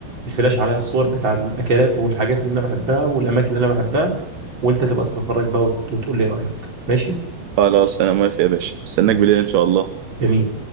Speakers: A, on the right (about 30°); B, on the right (about 70°).
A: الفلاش عليها الصور بتاع الاكلات والحاجات اللي انا بحبها والاماكن اللي انا بحبها وانت تبقى تتفرج بقى وت- وتقول لي رايك ماشي
B: خلاص انا موافق يا باشا استناك
A: ماشي
B: بالليل ان شاء الله
A: جميل